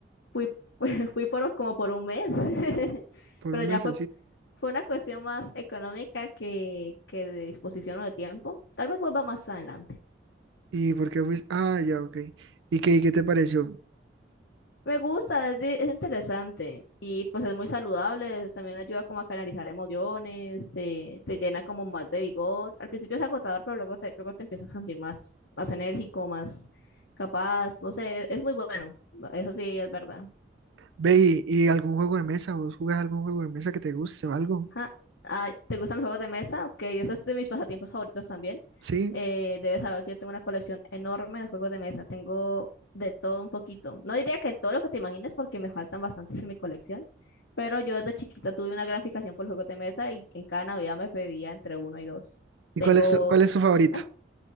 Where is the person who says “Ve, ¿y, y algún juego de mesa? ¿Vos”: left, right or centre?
Right